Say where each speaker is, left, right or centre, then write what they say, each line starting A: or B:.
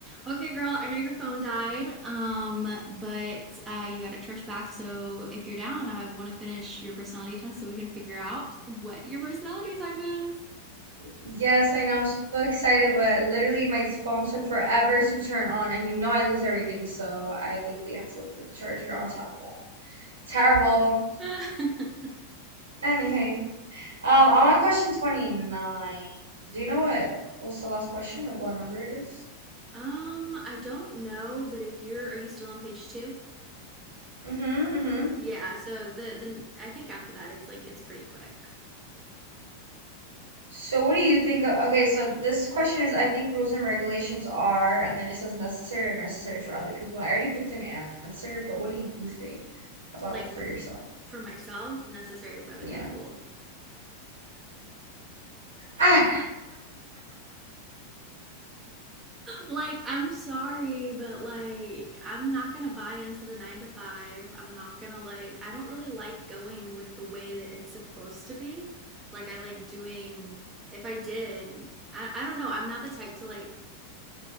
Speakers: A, on the right; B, on the right.
A: Okay, girl, I know your phone died, um, but uh, you got it charged back. So if you're down, I want to finish your personality test so we can figure out what your personality type is.
B: Yes, I know. I'm so excited, but literally my phone took forever to turn on, and you know I lose everything, so I literally had to look for the charger on top of that. Terrible.
A: <laughs>
B: Anyways, um, I'm on question 29. Do you know what what's the last question? Like what number it is?
A: um, I don't know, but if you're, are you still on page two?
B: Mm-hmm, mm-hmm.
A: Yeah, so the then I think after that it's like it's pretty quick.
B: So what do you think of, okay, so this question is I think rules and regulations are, and then it says necessary or necessary for other people. I already picked an answer, but what do you think about
A: Like
B: for
A: m-
B: yourself?
A: for myself, necessary for other
B: Yeah.
A: people.
B: Ah,
A: Like, I'm sorry, but like, I'm not gonna buy into the nine to five. I'm not gonna like, I don't really like going with the way that it's supposed to be. Like, I like doing, if I did, I, I don't know. I'm not the type to like,